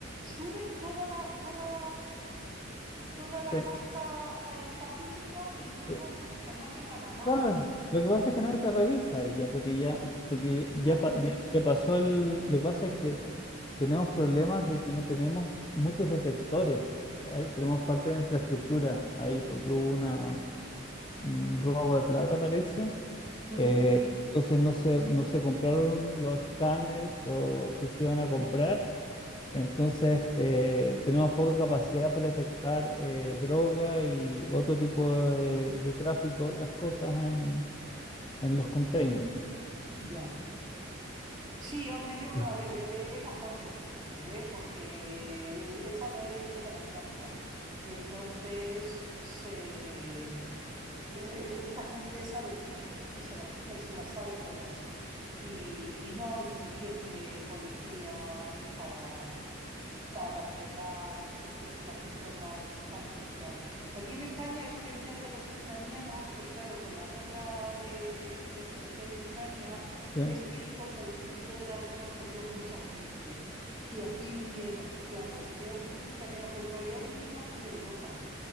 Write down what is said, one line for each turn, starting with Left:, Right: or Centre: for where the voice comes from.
Right: Suben toda la, toda, toda
Left: Sí,
Right: la costa eh, pacífica y
Left: sí.
Right: cruzan por el canal de Panamá.
Left: Claro, lo
Right: Ah,
Left: que pasa es que nadie te revisa y ya, porque ya, porque ya,
Right: ya,
Left: pa- ya, ya pasó el. Lo que pasa es que tenemos problemas de que no tenemos muchos detectores. Ahí
Right: ya.
Left: tenemos falta de infraestructura ahí, porque hubo una, un robo de plata, parece.
Right: Ujú,
Left: Eh, entonces no se, no se compraron los scanners o que se iban a comprar Entonces, eh, tenemos poca capacidad para detectar eh, droga y otro tipo de, de tráfico, otras cosas en, en los containers.
Right: ya. Sí, hombre, yo,
Left: Ya.
Right: a ver, e- e, es, bastante difícil, ¿eh? Porque echa la ley, echa la trampa. Y entonces se, se- esta gente sabe mucho y se las, y se las sabe todas. Y, y no hay suficiente policía para, para frenar este tráfico tan, tan bestial. Aquí en España, eso que decías de los ucranianos, pues claro, con la guerra de, de Rusia y Ucrania,
Left: ¿Sí?
Right: es cierto que al principio de la guerra salió mucha gente y aquí vinieron, claro, vinieron muchos ucranianos, pero en realidad vinieron a toda Europa,